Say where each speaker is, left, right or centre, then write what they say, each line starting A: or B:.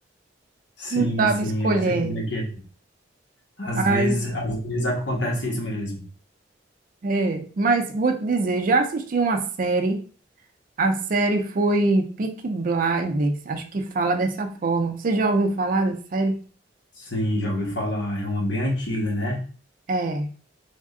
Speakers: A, on the left; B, on the right.
A: sim,
B: Não sabe
A: sim,
B: escolher.
A: eu sei como é que é. Às
B: Aí
A: vezes, às vezes acontece isso mesmo.
B: É, mas vou te dizer, já assisti uma série, a série foi Peaky Blinders, acho que fala dessa forma. Você já ouviu falar dessa série?
A: Sim, já ouvi falar, é uma bem antiga, né?
B: É,